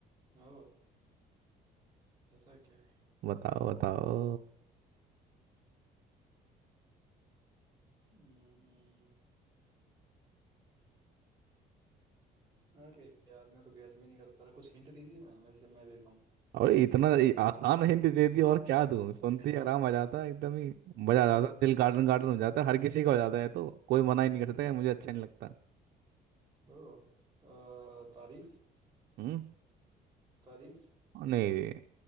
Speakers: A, on the right; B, on the right.
A: ओ ऐसा क्या है
B: बताओ बताओ
A: हम्म, अरे यार मैं तो गैस भी नहीं कर पा रहा कुछ हिंट दीजिए ना मैं जैसे मैं देता हूँ
B: और इतना ये आसान हिंट दे दी और क्या दूं
A: <laughs>
B: सुनते ही आराम आ जाता है एकदम ही मजा आ जाता
A: अरे
B: है दिल गार्डन गार्डन हो जाता है हर किसी का हो जाता है तो कोई मना ही नहीं कर सकता है मुझे अच्छा नहीं लगता
A: ओ अ, तारीफ
B: हम्म
A: तारीफ
B: और नहीं